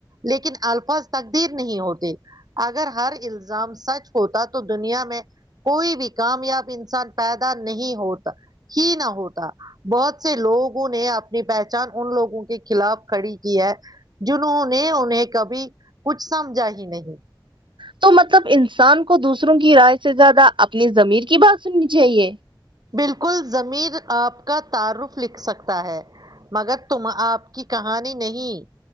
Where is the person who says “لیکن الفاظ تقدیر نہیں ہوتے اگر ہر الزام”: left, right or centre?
Right